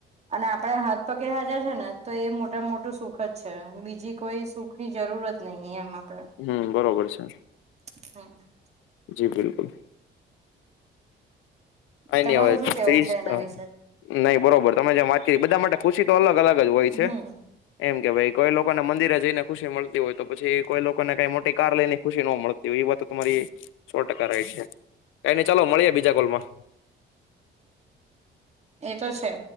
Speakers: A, on the right (about 35°); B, on the left (about 85°).
A: અને આપણે હાથ પગ બેય હાજર છે ને તો એ મોટામ મોટું સુખ જ છે બીજી કોઈ સુખની જરૂરત નહી એમ આ
B: હમ્મ. બરોબર છે.
A: <inaudible>
B: <inaudible> કાંઈ
A: તમારું
B: ની હવે
A: શું કેવું છે એના વિશે
B: <unintelligible> ના ઈ બરોબર. તમે જેમ વાત કયરી બધા માટે ખુશી તો અલગ અલગ જ હોય છે.
A: હમ
B: એમ કે ભાઈ કોઈ લોકોને મંદિરે જઈને ખુશી મલતી હોય તો પછી કોઈ લોકોને કંઈ મોટી કાર લઈનેય ખુશી નો મળતી હોય એ વાત તો તમારી સો ટકા રાઈટ છે. કાંઈ ની ચાલો મળીએ બીજા કોલમાં.
A: એ તો છે.